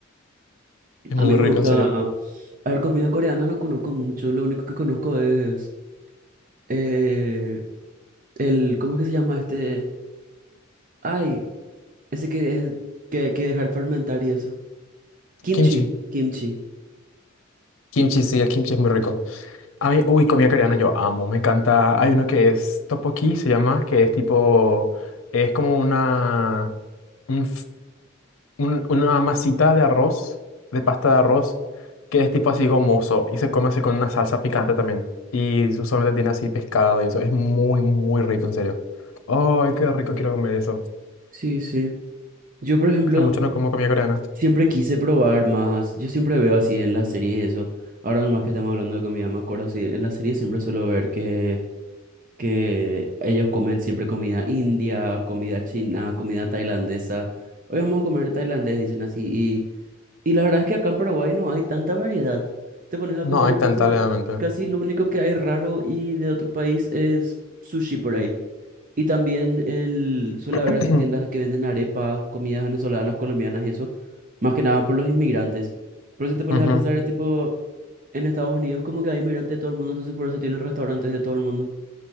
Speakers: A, on the left (about 85°); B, on the right (about 40°).
A: Es
B: A
A: muy
B: mí me
A: rico,
B: gusta.
A: en serio.
B: A ver, comida coreana no conozco mucho. Lo único que conozco es eh, el, ¿cómo es que se llama este? Ay, ese que es que hay que dejar fermentar y eso. Kimchi,
A: Kimchi.
B: kimchi.
A: Kimchi, sí, el kimchi es muy rico. A mí, uy, comida coreana yo amo, me encanta. Hay uno que es tteokbokki, se llama, que es tipo, es como una... un un- una masita de arroz, de pasta
B: Ujú.
A: de arroz, que es tipo así gomoso y se come así con una salsa picante también. Y usualmente tiene así pescado y eso. Es muy, muy rico, en serio. Ay, qué rico quiero comer eso.
B: Sí, sí. Yo, por ejemplo,
A: Hace mucho no como comida coreana.
B: siempre quise probar más. Yo siempre veo así en las series eso. Ahora más que estamos hablando de comida, me acuerdo así, en las series siempre suelo ver que que ellos comen siempre comida india, comida china, comida tailandesa. Hoy vamos a comer tailandés, dicen así. Y, y la verdad es que acá en Paraguay no hay tanta variedad. Te pones a
A: No
B: pensar
A: hay
B: y
A: tanta,
B: casi,
A: realmente.
B: casi lo único que hay raro y de otro país es sushi por ahí. Y también el, suele
A: <clears throat>
B: haber así tiendas que venden arepas, comidas venezolanas, colombianas y eso, más que nada por los inmigrantes. Pero si te pones
A: Ujú.
B: a pensar, tipo, en Estados Unidos como que hay inmigrantes de todo el mundo, entonces por eso tienen restaurantes de todo el mundo.